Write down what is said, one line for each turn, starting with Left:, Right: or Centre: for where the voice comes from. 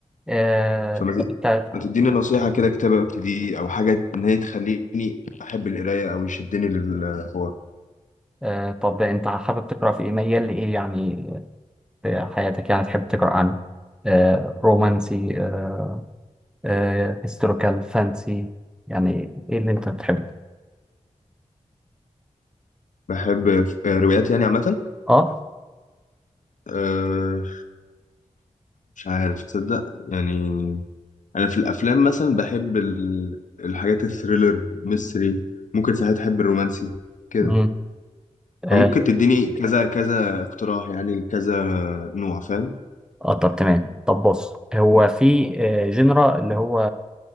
Centre: اه
Left: فما ت-
Centre: آه، تا-
Left: ما تديني نصيحه كده كتاب ابتديه او حاجه ان هي تخليني احب القرايه او يشدني للحوار
Centre: آه، طب انت حابب تقرا في ايه ميال لايه يعني في حياتك يعني تحب تقرا عن آه، رومانسي آه، آه، هيستوريكال فانسي يعني ايه اللي انت بتحبه
Left: بحب آه، روايات يعني عامه
Centre: اه
Left: أه مش عارف تصدق يعني انا في الافلام مثلا بحب ال- الحاجات الثريلر ميستري ممكن ساعات احب الرومانسي كده
Centre: امم اه
Left: فممكن تديني كذا كذا اقتراح يعني كذا نوع فاهم
Centre: آه، طب تمام طب بص هو في جنرا اللي هو